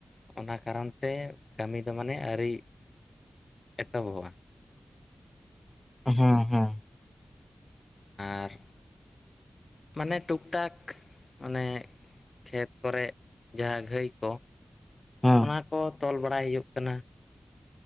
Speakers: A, on the left; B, on the left.
A: ᱚᱱᱟ ᱠᱟᱨᱚᱱ ᱛᱮ ᱠᱟᱢᱤ ᱫᱚ ᱢᱟᱱᱮ ᱟᱹᱣᱨᱤ, ᱮᱛᱚᱦᱚᱵᱚᱜᱼᱟ᱾
B: ᱦᱩᱸ ᱦᱩᱸ᱾
A: ᱟᱨ, ᱢᱟᱱᱮ ᱴᱩᱠ ᱴᱟᱠ ᱢᱟᱱᱮ ᱠᱷᱮᱛ ᱠᱚᱨᱮ ᱡᱟᱦᱟᱸ ᱜᱷᱟᱹᱭ ᱠᱚ,
B: ᱦᱩᱸ᱾
A: ᱚᱱᱟ ᱠᱚ ᱛᱚᱞ ᱵᱟᱲᱟᱭ ᱦᱩᱭᱩᱜ ᱠᱟᱱᱟ᱾